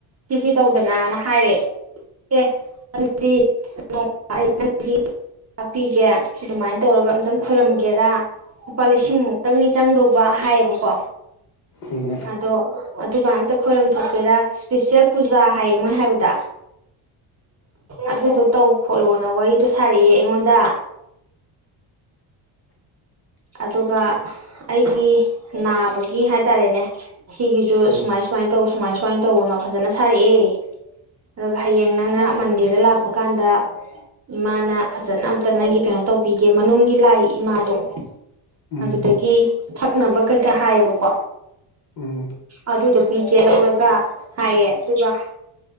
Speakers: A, on the right (about 30°); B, on the left (about 45°).
A: ꯁꯤ ꯁꯤ ꯇꯧꯗꯅꯅ ꯍꯥꯏꯔꯦ ꯑꯦ ꯑꯗꯨꯗꯤ ꯑꯩ ꯅꯪꯒꯤ ꯇꯥꯛꯄꯤꯒꯦ ꯁꯤ ꯑꯗꯨꯃꯥꯏꯅ ꯇꯧꯔꯒ ꯑꯝꯇꯪ ꯈꯣꯏꯔꯝꯒꯦꯔ ꯂꯨꯄꯥ ꯂꯤꯁꯤꯡ ꯃꯨꯛꯇꯪꯅꯤ ꯆꯪꯗꯧꯕ ꯍꯥꯏꯌꯦꯕꯀꯣ
B: ꯎꯝ
A: ꯑꯗꯣ ꯗꯨ ꯑꯝꯇ ꯈꯣꯏꯔꯝ ꯊꯣꯛꯀꯦꯔꯥ ꯏꯁꯄꯤꯁꯦꯜ ꯄꯨꯖꯥ ꯍꯥꯏꯌꯦ ꯃꯣꯏ ꯍꯥꯏꯕꯗ ꯑꯗꯨꯗꯣ ꯇꯧ ꯈꯣꯠꯂꯣꯅ ꯋꯥꯔꯤꯗꯣ ꯁꯥꯔꯛꯑꯦ ꯑꯩꯉꯣꯟꯗ ꯑꯗꯨꯒ ꯑꯩꯒꯤ ꯅꯥꯕꯒꯤ ꯍꯥꯏꯇꯥꯔꯦꯅꯦ ꯁꯤꯒꯤꯁꯨ
B: ꯎꯝ ꯎꯝ
A: ꯁꯨꯃꯥꯏ ꯁꯨꯃꯥꯏꯅ ꯇꯧ ꯁꯨꯃꯥꯏ ꯁꯨꯃꯥꯏꯅ ꯇꯧꯅ ꯐꯖꯅ ꯁꯥꯔꯛꯑꯦ ꯑꯗꯨꯒ ꯍꯌꯦꯡ ꯅꯪꯅ ꯃꯟꯗꯦꯗ ꯂꯥꯛꯄ ꯀꯥꯟꯗ ꯏꯃꯥꯅ ꯐꯖꯅ ꯑꯝꯇ ꯅꯪꯒꯤ ꯀꯩꯅꯣ ꯇꯧꯕꯤꯒꯦ ꯃꯅꯨꯡꯒꯤ ꯂꯥꯏ ꯏꯃꯥꯗꯣ
B: ꯎꯝ
A: ꯑꯗꯨꯗꯒꯤ ꯊꯛꯅꯕ ꯀꯩꯀꯥ ꯍꯥꯏꯌꯦꯕꯀꯣ
B: ꯎꯝ
A: ꯑꯗꯨꯒꯤ ꯆꯦ ꯂꯧꯔꯒ ꯍꯥꯏꯌꯦ ꯑꯗꯨꯒ